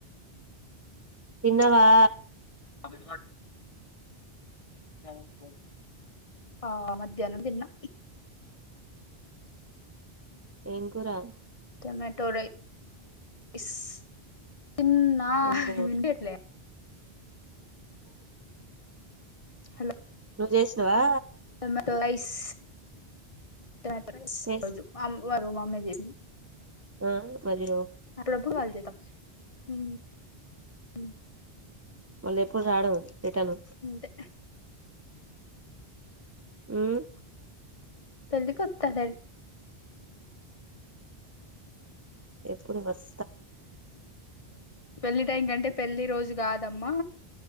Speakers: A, on the right; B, on the left.
A: తిన్నవా
B: అది <unintelligible> ఆ మధ్యానం తిన్నా
A: ఏం కూరా
B: టొమాటో రైస్ తిన్నా
A: టమాటా
B: <unintelligible>
A: అ
B: హలో
A: నువ్వు చేసినవా
B: హమెట్లైస్ టొమాటో రైస్
A: చేసి
B: ఈ రోజు మా అమ్మ వారు మా అమ్మే చేసింది
A: ఆ మరి
B: <unintelligible> వాళ్ళ చేతాం ఊ హ
A: మళ్ళీ ఎప్పుడు రావడం రిటర్న్
B: అంతే
A: ఉమ్
B: పెళ్ళికి వత్త డైరెక్ట్
A: ఎప్పుడు బస్
B: పెళ్లి టైం కంటే పెళ్లి రోజు గాదు దమ్మా